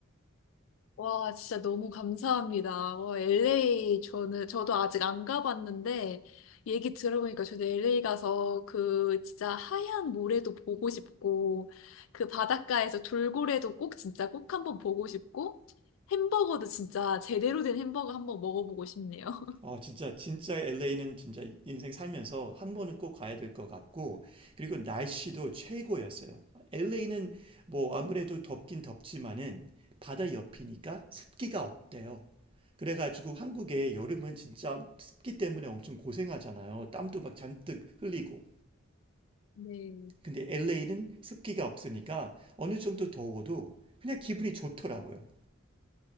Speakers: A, on the left; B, on the right.
A: 와, 진짜 너무 감사합니다. 와, LA 저는 저도 아직 안 가봤는데 얘기 들어보니까 저도 LA 가서 그 진짜 하얀 모래도 보고 싶고 그 바닷가에서 돌고래도 꼭 진짜 꼭 한번 보고 싶고 햄버거도 진짜 제대로 된 햄버거 한번 먹어보고 싶네요. <laughs>
B: 어, 진짜 진짜 LA는 진짜 인생 살면서 한 번은 꼭 가야 될 것 같고 그리고 날씨도 최고였어요. LA는 뭐 아무래도 덥긴 덥지만은 바다 옆이니까 습기가 없대요. 그래가지고 한국에 여름은 진짜 습기 때문에 엄청 고생하잖아요. 땀도 막 잔뜩 흘리고.
A: 네.
B: 근데 LA는 습기가 없으니까 어느 정도 더워도 그냥 기분이 좋더라고요.